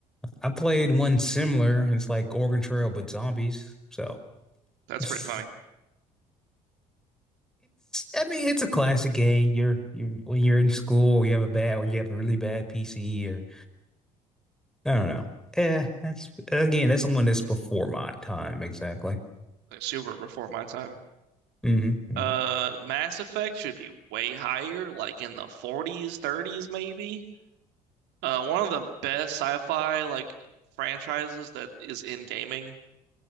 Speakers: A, in the centre; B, on the right.
A: I played one similar, and it's like Organ Trail but zombies. So <laughs>
B: that's
A: it's
B: pretty funny.
A: I mean it's a classic game. You're you when you're in school, you have a bad or you have a really bad PC or I don't know. Yeah, that's again that's the one that's before my time exactly.
B: like super before my time.
A: hmm hmm
B: Uh, Mass Effect should be way higher, like in the 40s, 30s maybe. Uh, one of the best sci-fi like franchises that is in gaming.